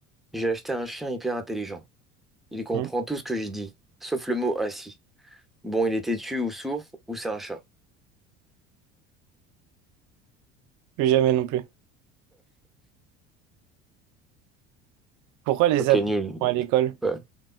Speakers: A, in the centre; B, on the right.
A: J'ai acheté un chien hyper intelligent. Il comprend
B: Hein
A: tout ce que j'ai dit, sauf le mot assis. Bon, il est têtu ou sourd, ou c'est un chat.
B: Plus jamais non plus. Pourquoi les
A: Ok,
B: appels
A: nul.
B: sont à l'école?
A: Ouais.